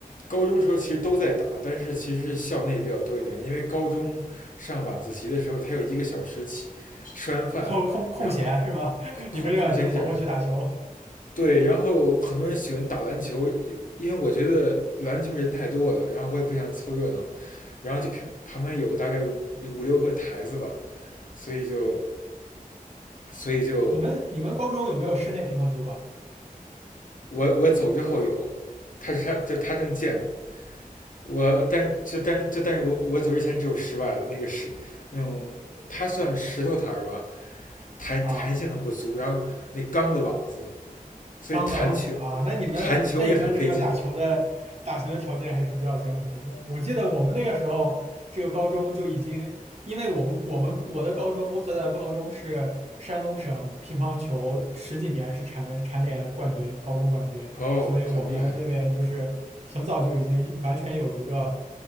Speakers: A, on the left; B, on the right.
A: 高中时候其实都在打，但是其实是校内比较多一点，因为高中上晚自习的时候，他有一个小时起，吃完饭，
B: <laughs> 然后空空闲是吗？
A: 然后空空空闲一小时，
B: <laughs> 你们这就跑过去打球。
A: 对，然后很多人喜欢打篮球，因因为我觉得篮球人太多了，然后我也不想凑热闹，然后就旁旁边有大概五五六个台子吧，所以就所以就
B: 你们你们高中有没有室内乒乓球馆
A: 我我走之后有，他是他就他正建我但就但就但是我我走之前只有十万那个石那种，它算石头台儿吧，弹弹性很不足，
B: 啊？啊
A: 然后那钢的网子，所以弹球
B: 钢的网子啊，那你们那你们这个打球的打球的条件还是比较艰苦的。
A: 弹球也很费劲。
B: 我记得我们那个时候，这个高中就已经，因为我们我们我的高中，我所在的高中是山东省乒乓球十几年是蝉联蝉联冠军，高中冠军，
A: 哦，
B: 所以我们那边就是很早就已经完全有一个
A: 很厉害。